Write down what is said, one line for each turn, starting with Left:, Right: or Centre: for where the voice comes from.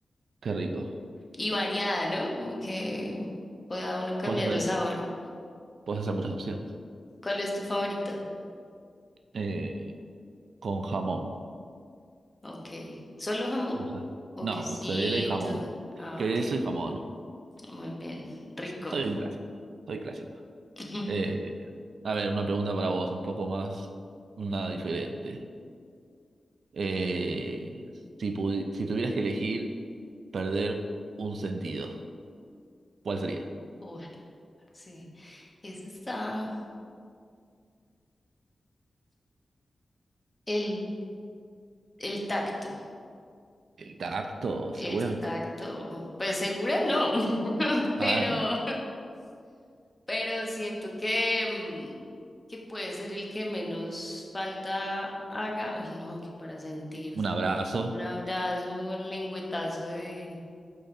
Right: qué rico.
Left: Y variada, ¿no? Como que pueda uno cambiar
Right: Puedes hacer,
Left: el sabor.
Right: puedes hacer muchas opciones.
Left: ¿Cuál es tu favorita?
Right: Eh, con jamón.
Left: Ok. ¿Solo jamón?
Right: Moza-
Left: O
Right: No,
Left: quesito.
Right: mozzarella y jamón.
Left: Ah,
Right: Queso
Left: ok.
Right: y jamón.
Left: Muy bien. Rico.
Right: Soy un clásico. Soy clásico.
Left: <laughs>
Right: Eh, a ver, una pregunta para vos, un poco más, una diferente. Eh, si, pudi- si tuvieras que elegir perder un sentido, ¿cuál sería?
Left: Uf, sí. Eso está. El, el tacto.
Right: ¿El tacto,
Left: El
Right: segura?
Left: tacto, pues segura no, <laughs>
Right: Ah,
Left: pero, pero siento que, mm, que puede ser el que menos falta haga. Uy, no, que para sentir
Right: un abrazo.
Left: un abrazo, lengüetazo de...